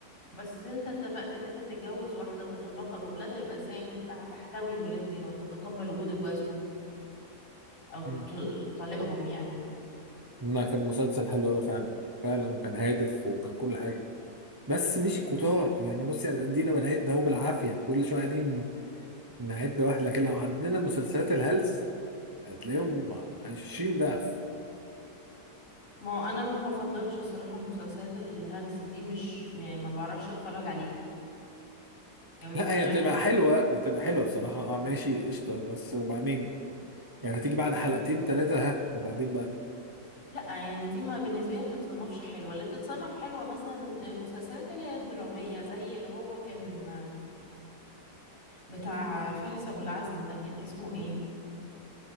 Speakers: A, on the left; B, on the right.
A: بس انت اتفقت ان انت تتجوز واحدة مطلقة بولادها يبقى ازاي ان انت هتحتوي الولاد دي وهتتقبل وجود جوازهم او
B: مم.
A: ت- طليقهم يعني
B: لا كان مسلسل حلو قوي فعلا فعلا وكان هادف وكان كل حاجه بس مش كتار يعني بصي يعني ادينا بنهاية ده هو بالعافيه كل شويه قاعدين نعد واحد لكن لو عدينا مسلسلات الهلس هتلاقيهم عشرين ضعف
A: ما هو انا ما بفضلش الصراحة مسلسلات الهلس دي مش يعني ما بعرفش اتفرج عليها يعني
B: لا
A: ما بقتنعش
B: هي بتبقى حلوة بتبقى حلوة بصراحة اه ماشي قشطة بس وبعدين يعني هتيجي بعد حلقتين ثلاثة ها وبعدين بقى
A: لا يعني دي ما بالنسبة لي ما تتصنفش حلوة اللي تتصنف حلوة مثلا المسلسلات اللي هي الدرامية زي اللي هو كان بتاع فارس أبو العزم ده كان اسمه ايه